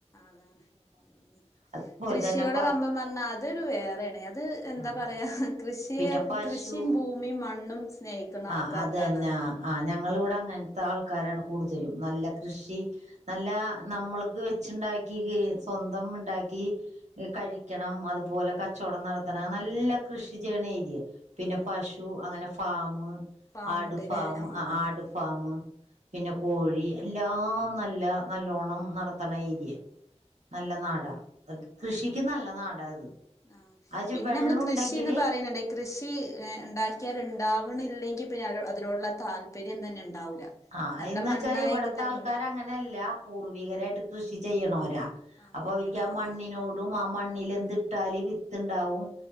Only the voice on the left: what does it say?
അതാണ് ഉം ഉം
കൃഷിയോട്
കമ്പം പറഞ്ഞാ അതൊരു വേറെയാണ് അത് എന്താ
പറയാ കൃഷിയ
കൃഷിയും ഭൂമിയും മണ്ണും സ്നേഹിക്കുന്ന ആൾക്കാർക്കാണ്
അത്
ആ
ഫാമുണ്ട്ല്ലേ
ആ
ആ
ആഹ്
പിന്നെ
നമ്മള് കൃഷിന്ന്
പറയണണ്ട് കൃഷി ഉണ്ടാക്കിയാൽ ഉണ്ടാവണില്ലെങ്കിൽ പിന്നെ അതിനോടുള്ള താല്പര്യം തന്നെ ഉണ്ടാവൂല
നല്ല
മണ്ണായെങ്കിൽ
തന്നെ
ഉണ്ടാവും
അങ്ങനെ
ആഹ്
ആഹ്